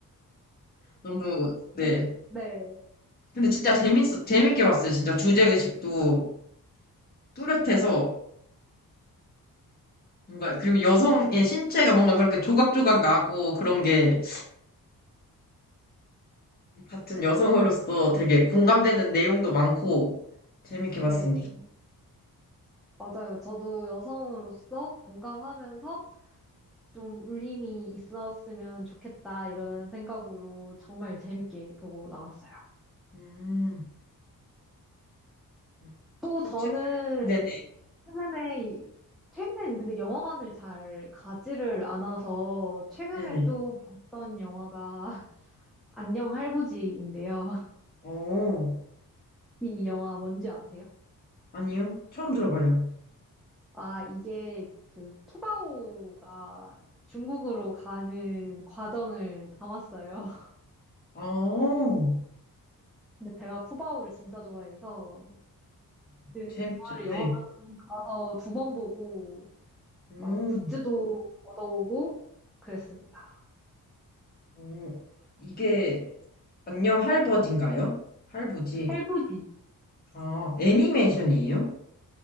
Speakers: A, on the left; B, in the centre.
A: 너무 네.
B: 그럼- 네,
A: 근데 진짜 재밌 재밌게 봤어요. 진짜 주제 의식도 뚜렷해서 뭔가 그리고 여성의 신체가 뭔가 그렇게 조각조각 나고 그런 게 같은 여성으로서 되게 공감되는 내용도 많고 재밌게 봤습니다.
B: 네, 맞아요. 저도 여성으로서 공감하면서 좀 울림이 있었으면 좋겠다 이런 생각으로 정말 재밌게 보고 나왔어요.
A: 음. 음.
B: 또
A: 그
B: 저는
A: 책, 네네,
B: 최근에 최근엔 근데 영화관을 잘 가지를 않아서 최근에
A: 네네.
B: 또 봤던 영화가 <laughs> 안녕 할부지인데요. <laughs>
A: 어,
B: 이 영화 뭔지 아세요?
A: 아니요. 처음 들어봐요.
B: 아, 이게 그 푸바오가 중국으로 가는 과정을 담았어요. <laughs>
A: 아, 어,
B: 근데 제가 푸바오를 진짜 좋아해서 그
A: 재밌,
B: 영화를
A: 네.
B: 영화관 가서 두 번 보고
A: 어,
B: 막 굿즈도 얻어오고 그랬습니다.
A: 어, 이게, 안녕 할버지인가요? 할부지.
B: 할부지.
A: 아, 애니메이션이에요?